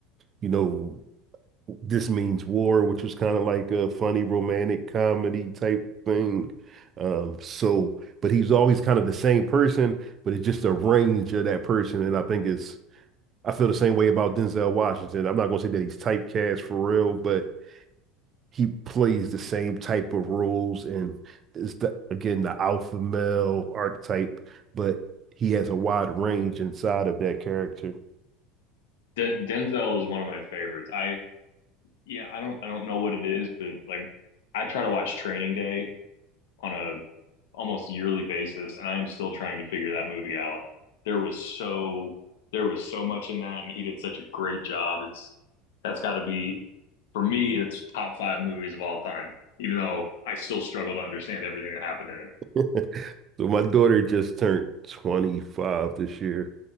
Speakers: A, on the right; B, on the left.
A: you know, This Means War, which was kind of like a funny romantic comedy type thing. Um, so but he's always kind of the same person, but it's just a range of that person, and I think it's I feel the same way about Denzel Washington. I'm not gonna say that he's typecast for real, but he plays the same type of roles and is the again the alpha male archetype, but he has a wide range inside of that character.
B: De- Denzel is one of my favorites. I yeah, I don't I don't know what it is, but like I try to watch Training Day on a almost yearly basis, and I am still trying to figure that movie out. There was so there was so much in that, and he did such a great job. It's that's got to be for me. It's top five movies of all time, even though I still struggle to understand everything that happened in
A: <laughs> So my daughter just turned 25 this year.